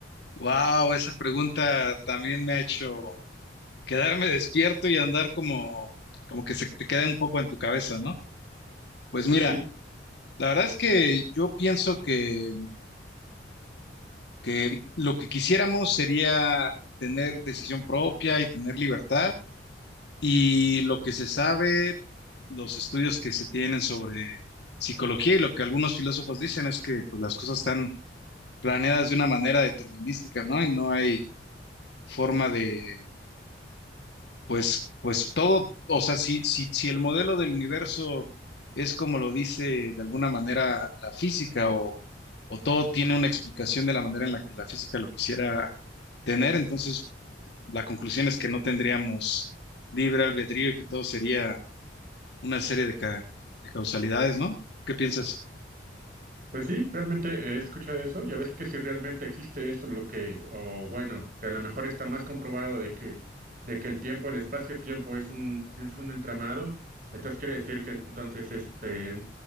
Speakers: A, on the left (about 65°); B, on the right (about 50°).
A: Wow, esa pregunta también me ha hecho quedarme despierto y andar como, como que se te queda un poco en tu cabeza, ¿no? Pues
B: Eso
A: mira,
B: sí.
A: la verdad es que yo pienso que, que lo que quisiéramos sería tener decisión propia y tener libertad. Y lo que se sabe, los estudios que se tienen sobre psicología y lo que algunos filósofos dicen es que pues, las cosas están planeadas de una manera determinística, ¿no? Y no hay forma de Pues, pues todo, o sea, si, si, si el modelo del universo es como lo dice de alguna manera la física o, o todo tiene una explicación de la manera en la que la física lo quisiera tener, entonces la conclusión es que no tendríamos libre albedrío y que todo sería una serie de, ca- de causalidades, ¿no? ¿Qué piensas?
B: Pues sí, realmente he escuchado eso. Ya ves que si realmente existe eso, lo que, o bueno, que a lo mejor está más comprobado de que, de que el tiempo, el espacio-tiempo es un, es un entramado. Entonces quiere decir que entonces, este,